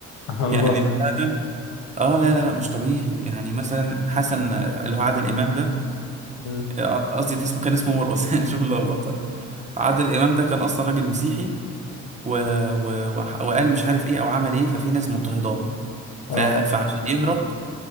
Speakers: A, on the right (about 25°); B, on the left (about 80°).
A: <laughs>
B: <laughs> الله
A: يعني فعلا اه لا لا لا مش طبيعي يعني مثلا حسن آه، اللي هو عادل امام ده
B: مم.
A: آه، قصدي ده اسمه كان اسمه مرقص <laughs> شوف اللخبطه عادل امام ده كان اصلا راجل مسيحي و... و... وح- وقال مش عارف ايه او عمل ايه ففي ناس مضطهداه
B: اه
A: ف... فعشان يهرب